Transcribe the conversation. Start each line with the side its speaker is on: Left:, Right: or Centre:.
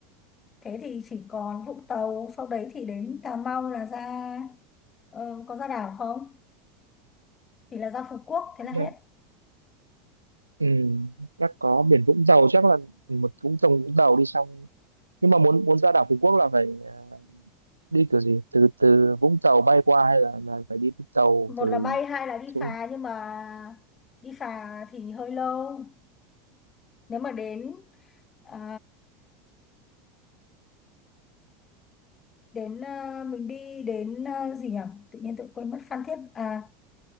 Left: thế thì chỉ còn Vũng Tàu sau đấy thì đến Cà Mau là ra ờ, có ra đảo không thì là ra Phú Quốc thế là hết
Right: chắc, ừ, chắc có biển Vũng Tàu chắc là một Vũng Tàu Vũng Tàu đi xong nhưng mà muốn muốn ra đảo Phú Quốc là phải ờ, đi kiểu gì từ từ Vũng Tàu bay qua hay là, là phải đi tàu
Left: một
Right: từ
Left: là bay hai là đi
Right: xuống
Left: phà nhưng mà đi phà thì hơi lâu nếu mà đến à, đến à, mình đi đến à, gì nhỉ tự nhiên tôi quên mất Phan Thiết à